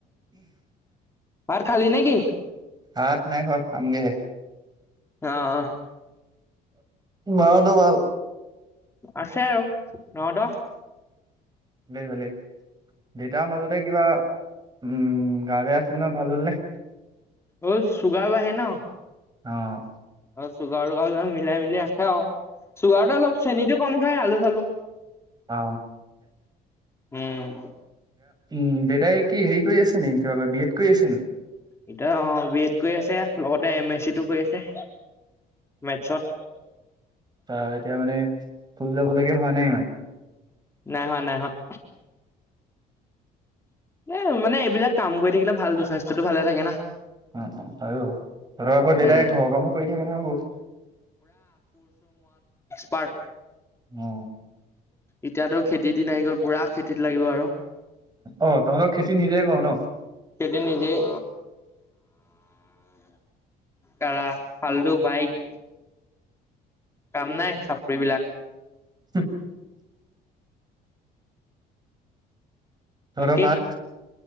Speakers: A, on the left; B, on the right.
A: ভাত খালি নে কি?
B: ভাত নাই খোৱা, খামগেহে
A: অ অ
B: মা হতৰ ভাল?
A: আছে আৰু। ন দহ।
B: ভালেই ভালেই। দেউতাৰ মাজতে কিবা, উম গা বেয়া আছিল নহয়, ভাল হ'লনে
A: অ চুগাৰ আহে ন,
B: অহ
A: অ চুগাৰ উুগাও য মিলাই মিলা। সেৱ, চুগাৰ টো অলপ চেনীতটো কম খাই আলু চালু।
B: অ
A: উম
B: উম দেউতাই কি হেৰি কৰি আছে নেকি, কিবা বি এড কৰি আছে নেকি?
A: এতিয়া অ বি এড কৰি আছে লগতে এম এছ চি টো কৰি আছে মেস্কট।
B: তা এতিয়া মানে যাবলগীয়া হোৱা নাই মানে,
A: নাই হোৱা নাই হোৱা এ মানে এইবিলাক কাম কৰি থাকিলে ভালটো, স্বাস্থ্য টো ভালে থাকে না
B: উম উম আৰু, তহতৰ আকৌ দেতাই
A: উম
B: ঘৰৰ কামো কৰি থাকে ন হ'বৌ
A: পাট
B: অ
A: এতিয়াতো খেতিৰ দিন আহি গ'ল পুৰা খেতিত লাগিব আৰু
B: অ তহঁতক খেতি নিজে কৰ ন।
A: খেতি নিজেই তাৰা ফাল্ডু বাইক কাম নাই সাপৰি বিলাক।
B: <unintelligible> ধৰ
A: বাকী
B: ভাত